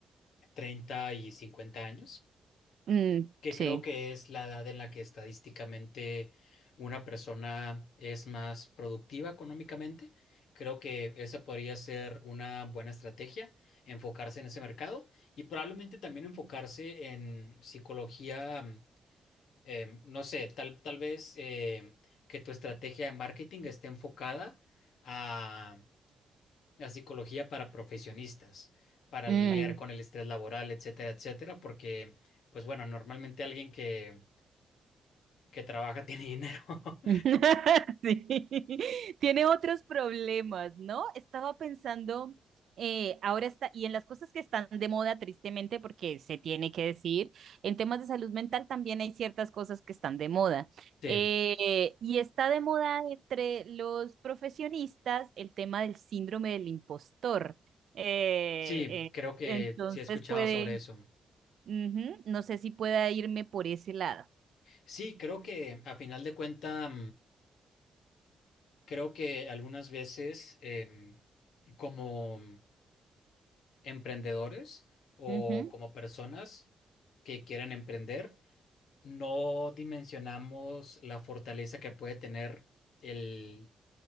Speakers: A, on the left (about 75°); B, on the right (about 55°).
A: 30 y 50 años.
B: mm,
A: que
B: sí.
A: creo que es la edad en la que estadísticamente una persona es más productiva económicamente. Creo que esa podría ser una buena estrategia, enfocarse en ese mercado y probablemente también enfocarse en psicología, eh, no sé, tal, tal vez eh, que tu estrategia de marketing esté enfocada a, a psicología para profesionistas, para
B: mm.
A: lidiar con el estrés laboral, etcétera, etcétera, porque, pues bueno, normalmente alguien que que trabaja tiene dinero. <laughs>
B: <laughs> Sí, tiene otros problemas, ¿no? Estaba pensando, eh, ahora está, y en las cosas que están de moda, tristemente, porque se tiene que decir, en temas de salud mental también hay ciertas cosas que están de moda.
A: Sí,
B: Eh, y está de moda entre los profesionistas el tema del síndrome del impostor. Eh,
A: sí,
B: eh,
A: creo que
B: entonces
A: sí he escuchado
B: puede,
A: sobre eso.
B: ujú, no sé si pueda irme por ese lado.
A: Sí, creo que a final de cuentas, creo que algunas veces em, como emprendedores o
B: Ujú,
A: como personas que quieren emprender, no dimensionamos la fortaleza que puede tener el,